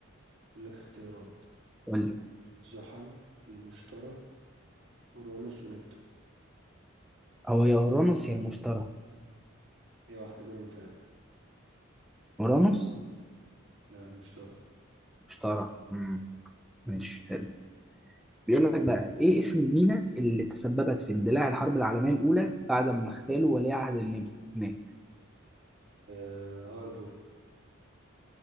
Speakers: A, on the right (about 60°); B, in the centre.
A: اقول لك اختيارات
B: قول لي
A: زحل المشتري اورانوس ونبتون
B: هو يا أورانوس يا المشتري
A: ايه واحدة منهم فعلا
B: أورانوس
A: لا المشتري
B: مشتري امم ماشي حلو بيقول لك بقى ايه اسم المينا اللي تسببت في اندلاع الحرب العالمية الأولى بعد ما اغتالوا ولي عهد النمسا هناك
A: أه هاربور